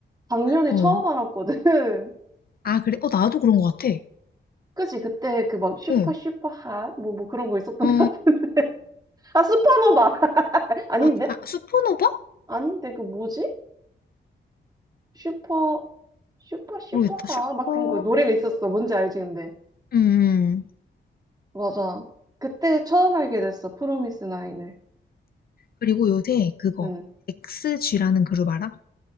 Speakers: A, on the right (about 20°); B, on the left (about 50°).
A: 작년에
B: 어.
A: 처음 알았거든. <laughs>
B: 아 그래? 어 나도 그런 것 같아.
A: 그치, 그때 그 막 슈퍼
B: 어.
A: 슈퍼 핫, 뭐, 뭐 그런 거 있었던
B: 어.
A: 것 같은데. <laughs> 아, 슈퍼노바. <laughs> 아닌데?
B: 아, 아 슈퍼노바?
A: 아닌데, 그 뭐지? 슈퍼, 슈퍼, 슈퍼하.
B: 모르겠다. 슈퍼.
A: 막 그런 거 노래가 있었어. 뭔지 알지, 근데.
B: 음. 음.
A: 맞아. 그때 처음 알게 됐어. 프로미스 나인을.
B: 그리고 요새 그거
A: 응.
B: XG라는 그룹 알아?